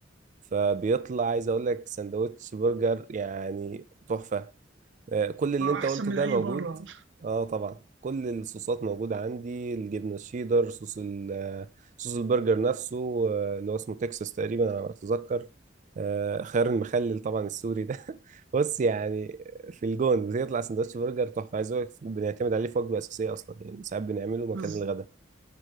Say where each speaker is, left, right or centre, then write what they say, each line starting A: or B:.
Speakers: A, on the right; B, on the right.
A: فبيطلع عايز اقول لك سندوتش برجر يعني تحفه آه، كل اللي
B: اه
A: انت
B: احسن
A: قلته
B: من
A: ده
B: اي
A: موجود
B: بره
A: اه طبعا كل الصوصات موجودة عندي الجبنة الشيدر صوص ال آه، صوص البرجر نفسه آه، اللي هو اسمه تكساس تقريبا على ما اتذكر آه، خيار المخلل طبعا السوري ده <laughs> بص يعني في الجون بيطلع سندوتش برجر تحفة عايز اقول لك بنعتمد عليه في وجبة أساسية أصلا يعني ساعات بنعمله مكان
B: بز-
A: الغداء